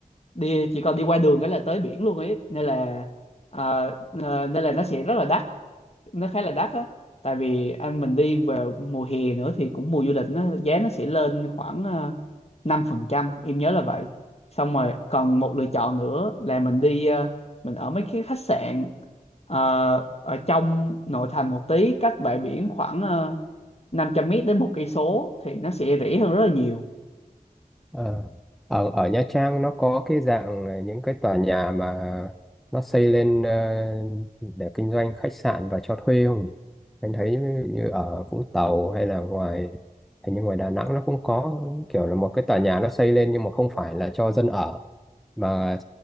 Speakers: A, on the left (about 45°); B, in the centre.
A: đi chỉ còn đi qua đường cái là tới biển luôn ấy nên là ờ, ờ, nên là nó sẽ rất là đắt nó khá là đắt á tại vì anh mình đi vào mùa hè nữa thì cũng mùa du lịch nó giá nó sẽ lên khoảng ờ, 5%, em nhớ là vậy xong rồi còn một lựa chọn nữa là mình đi ờ, mình ở mấy cái khách sạn ờ, ở trong nội thành một tí cách bãi biển khoảng ờ, 500 mét đến một cây số thì nó sẽ rẻ hơn rất là nhiều
B: Ờ. Ở ở Nha Trang nó có cái dạng là những cái tòa nhà mà nó xây lên ờ, để kinh doanh khách sạn và cho thuê không nhỉ? Anh thấy như ở Vũng Tàu hay là ngoài hình như ngoài Đà Nẵng nó cũng có kiểu là một cái tòa nhà nó xây lên nhưng mà không phải là cho dân ở mà